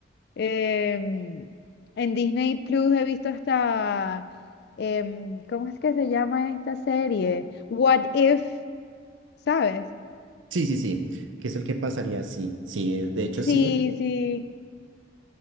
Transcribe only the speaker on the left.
em, en Disney Plus he visto hasta, em, ¿cómo es que se llama esta serie? What If, ¿sabes?
Sí, sí,